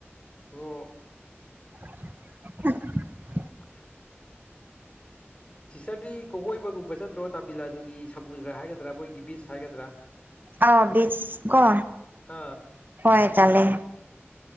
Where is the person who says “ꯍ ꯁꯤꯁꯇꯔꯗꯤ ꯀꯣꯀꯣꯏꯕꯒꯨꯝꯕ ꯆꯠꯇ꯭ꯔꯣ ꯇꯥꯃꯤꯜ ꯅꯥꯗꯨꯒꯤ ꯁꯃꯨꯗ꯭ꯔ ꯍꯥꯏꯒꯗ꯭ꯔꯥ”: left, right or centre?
Left